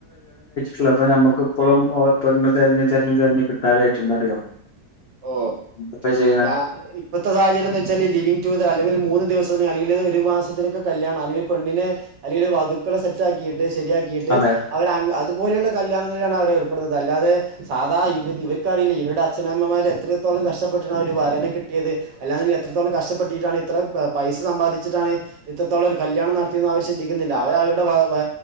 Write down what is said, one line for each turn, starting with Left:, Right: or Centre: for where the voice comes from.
Left: ഇപ്പൊ നമ്മുക്കി പെണ്ണ്തെരഞ്ഞ് തെര്ഞ്ഞ് തെര്ഞ്ഞ് തെരെഞ്ഞ് കിട്ടാതായിട്ടൊണ്ട് അറിയോ?
Right: ഓ
Left: എന്താപ്പ ചെയ്യണേ
Right: ഞാ ഇപ്പഴത്തെ സാഹചര്യ വെച്ചാല് ലിവിംഗ് ടു ദേ അല്ലെങ്കിൽ മൂന്ന് ദിവസത്തിന് അല്ലെങ്കിൽ ഒരു മാസത്തിലൊക്കെ കല്യാണം. അല്ലെങ്കി പെണ്ണിനെ അല്ലെങ്കിൽ വധുക്കളെ സെറ്റാക്കിട്ട്. ശെരിയാക്കിട്ട്
Left: അതെ
Right: അവരങ്ങ് അ തുപോലെയുള്ള കല്യാണങ്ങളിലാണ് അവർ ഏർപ്പെടുന്നത്. അല്ലാതെ സാധായിവെര് ഇവർക്കറിയില്ല ഇവെരുടെച്ഛനമ്മമാരു എത്രത്തോളം കഷ്ടപ്പെട്ടിട്ടാ ണൊരു വരനെ കിട്ടിയത്. അല്ലാെങ്കി എത്രത്തോളം കഷ്ടപ്പെട്ടിട്ടാണ് ഇത്ര പൈസ സമ്പാദിച്ചത്. ട്ടാണ് ഇത്രത്തോളം ഒരു കല്യാണം നടത്തിയെന്ന് അവർ ചിന്തിക്കുന്നില്ല. അവർ അവെരുടെ വെ വെ